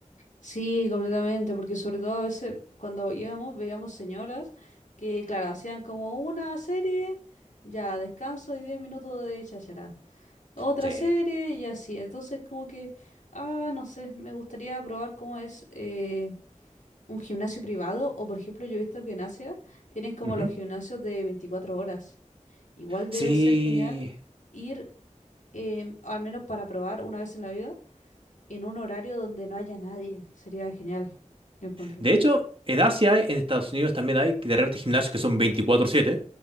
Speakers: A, on the left; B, on the right.
A: Sí, completamente, porque sobre todo a veces cuando íbamos veíamos señoras que, claro, hacían como una serie, ya descanso y 10 minutos de cháchara. Otra
B: Sí.
A: serie y así. Entonces, como que, ah, no sé, me gustaría probar cómo es eh, un gimnasio privado o, por ejemplo, yo he visto que en Asia tienen como
B: Ujú.
A: los gimnasios de 24 horas. Igual debe
B: Sí.
A: ser genial ir, em, al menos para probar una vez en la vida en un horario donde no haya nadie. Sería genial, yo encuentro.
B: De hecho, en Asia, hay- en Estados Unidos también hay que de repente gimnasios que son 24/7.